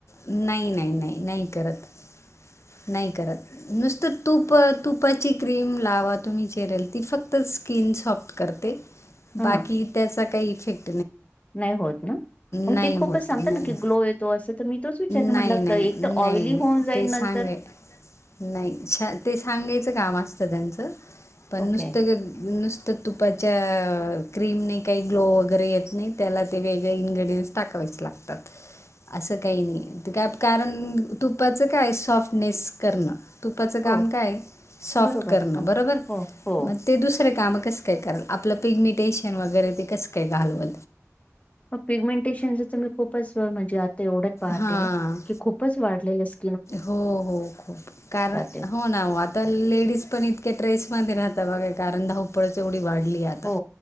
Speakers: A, on the left; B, on the left.
A: नाही नाही नाही नाही करत नाही करत नुसतं तूप तुपाची क्रीम लावा तुम्ही चेहऱ्याला ती फक्त स्किन सॉफ्ट करते.
B: हां,
A: बाकी
B: हां.
A: त्याचा काही इफेक
B: नाही होत ना मग
A: नाही
B: ते खूपच
A: होत
B: सांगतात
A: नाही.
B: ना की ग्लो येतो अस तर मी तोच विचारते
A: नाही
B: म्हटलं
A: नाही
B: एक
A: नाही
B: तर ऑइली
A: नाही
B: होऊन जाईल
A: ते
B: नंतर
A: सांग नाही ते सांगायचं काम असतं त्यांचं पण
B: ओके.
A: नुसतस तर तुपाच्या क्रीमने काही ग्लो वगैरे येत नाही, त्याला ते वेगळे इनग्रेडियनट्स टाकावे लागतात असं काही नाही का कारण तुपाच काय सॉफ्टनेस करणं तुपाचं काम
B: हो,
A: काय सॉफ्ट
B: बरोबर.
A: करणं
B: हां.
A: बरोबर
B: हो, हो.
A: मग ते दुसरे काम कस काय करल आपलं पिगमिटेशन वगैरे ते कस काय घालव?
B: मग पिगमेंटेशनच त मी खूपच म्हणजे आता एवढच पाहते
A: हां
B: की खूपच वाढलेलं अस
A: हो हो खूप कारण
B: ते.
A: हो ना हो आता लेडीज पण इतक्या ट्रेस म राहत. बघ कारण धावपळचवढी वाढली आता
B: हो,